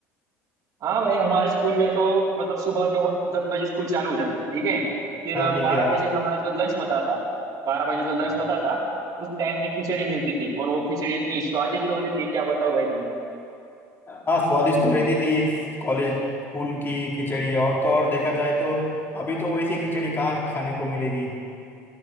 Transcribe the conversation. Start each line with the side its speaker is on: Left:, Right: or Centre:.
Right: हाँ भाई हमारे स्कूल में तो मतलब सुबह जो दस बजे स्कूल चालू हो जाती थी ठीक है फिर
Left: हाँ ठीक
Right: बारह
Left: है
Right: बजे हमारा जो लंच होता था बारह बजे जो लंच
Left: और
Right: होता था उस टाइम पे खिचड़ी मिलती थी और वो खिचड़ी इतनी स्वादिष्ट होती थी क्या बताओ भाई तुम्हें
Left: हाँ स्वादिष्ट तो रहती थी कॉलेज स्कूल की खिचड़ी और तो और देखा जाए तो अभी तो वैसी खिचड़ी कहाँ खाने को मिलेगी